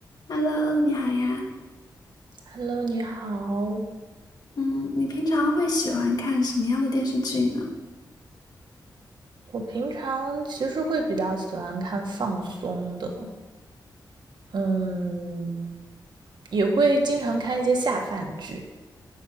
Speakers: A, on the left; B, on the right.
A: Hello，你好呀。
B: Hello，你好。
A: 嗯，你平常会喜欢看什么样的电视剧呢？
B: 我平常其实会比较喜欢看放松的，嗯，也会经常看一些下饭剧。